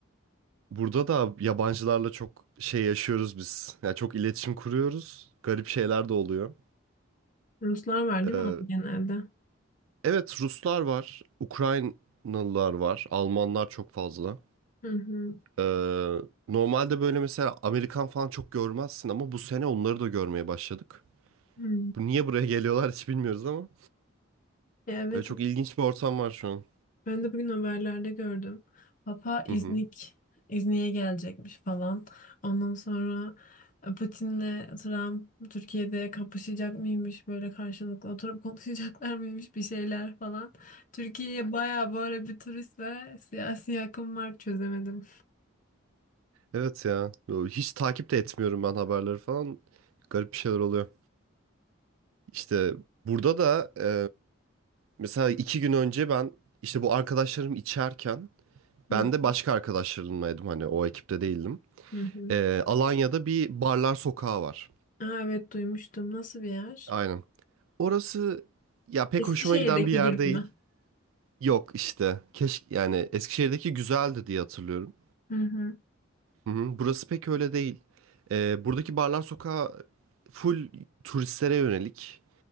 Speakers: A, on the right; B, on the left.
A: Burada da yabancılarla çok şey yaşıyoruz biz. Yani çok iletişim kuruyoruz. Garip şeyler de oluyor.
B: Ruslar var
A: Ee,
B: değil mi abi genelde?
A: Evet Ruslar var, Ukraynalılar var, Almanlar çok fazla.
B: Hı hı.
A: Ee, normalde böyle mesela Amerikan falan çok görmezsin ama bu sene onları da görmeye başladık.
B: Hı.
A: Bu niye buraya geliyorlar hiç bilmiyoruz ama
B: Ya Evet
A: e, çok ilginç bir ortam var şu an.
B: Ben de bugün haberlerde gördüm. Papa
A: Hı
B: İznik,
A: hı.
B: İznik'e gelecekmiş falan. Ondan sonra e, Putin'le Trump Türkiye'de kapışacak mıymış böyle karşılıklı oturup <laughs> konuşacaklar mıymış bir şeyler falan. Türkiye'ye bayağı böyle bir turist ve siyasi akım var çözemedim.
A: Evet ya Yo, hiç takip de etmiyorum ben haberleri falan. Garip bir şeyler oluyor. İşte burada da e, mesela iki gün önce ben işte bu arkadaşlarım içerken
B: Hı
A: ben de
B: hı,
A: başka arkadaşlarımlaydım hani o ekipte değildim.
B: hı hı.
A: Ee, Alanya'da bir barlar sokağı var.
B: Aa, evet duymuştum. Nasıl bir yer?
A: Aynen. Orası ya pek
B: Eskişehir'deki
A: hoşuma giden bir yer
B: gibi
A: değil.
B: mi?
A: Yok işte. Keşke yani Eskişehir'deki güzeldi diye hatırlıyorum.
B: Hı hı.
A: Hı hı. Burası pek öyle değil. Ee, buradaki barlar sokağı full turistlere yönelik.